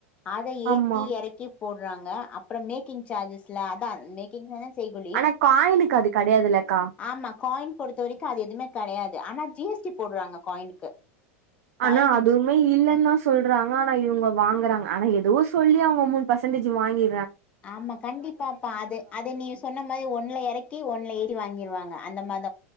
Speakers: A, on the left; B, on the right.
A: அத ஏத்தி
B: ஆமா
A: எறக்கி போடுறாங்க அப்புறோ மேக்கிங் சார்ஜஸ்ல அதான் மே கிங்கு செய்கூலி
B: ஆனா காயினுக்கு அது கெடையாதுல்லக்கா
A: ஆமா காயின் பொறுத்த வரைக்கும் அது எதுவுமே கெடையாது ஆனா ஜி எஸ் டி போடுறாங்க காயினுக்கு காயினுக்கு
B: ஆனா அதுவுமே
A: ஜி
B: இல்லன் தான் சொல்றாங்க னா இவேங்க வாங்குறாங்க ஆனா ஏதோ சொல்லி அவுங்க மூணு பர்சன்டேஜ் வாங்கி
A: ஆமா கண்டிப்பாப்பா அது அத நீங்க சொன்ன மாதிரி ஒண்ணுல இறக்கி ஒண்ணுல ஏத்தி வாங்கிருவாங்க அந்த மாரி